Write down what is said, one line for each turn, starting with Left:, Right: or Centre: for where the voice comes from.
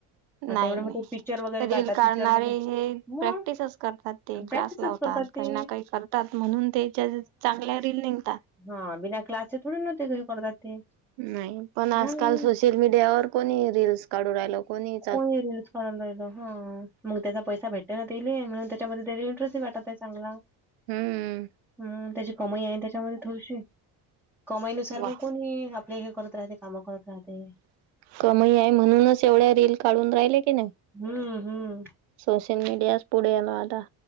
Centre: आता
Right: नाही
Centre: एवढे मोठे
Right: नाही.
Centre: पिक्चर वगैरे
Right: रील
Centre: काढतात
Right: काढणारे
Centre: पिक्चरमध्ये
Right: हे
Centre: मग
Right: प्रॅक्टिसच करतात ते.
Centre: प्रॅक्टिसच
Right: क्लास लावतात.
Centre: करतात
Right: काही
Centre: ते.
Right: ना काही करतात. म्हणून त्याच्या त चांगल्या रील निघता.
Centre: हां. बिना क्लासचे थोडे न करता ते काही करतात ते.
Right: नाही. पण आजकाल
Centre: हम्म
Right: सोशल मीडियावर कोणीही रीलस काढून राहिल. कोणीही.
Centre: कोणीही रील्स काढू राहिलं. हं. मग त्याचा पैसा भेटतय ना तेयले म्हणून ते - त्याच्या मध्ये इंटरेस्ट वाटतं चांगला.
Right: हम्म.
Centre: हं. तशी कमाई ए ना त्याच्या मध्ये. थोडशी. कमाईनुसार
Right: वा.
Centre: मग कोणीही आपले, हे करत राहते काम करत राहते.
Right: कमाई आहे म्हणूनच एवढ्या रील काढून राहिले. की नाही.
Centre: हम्म. हम्म.
Right: सोशल मीडियाच पुढे ए न आता.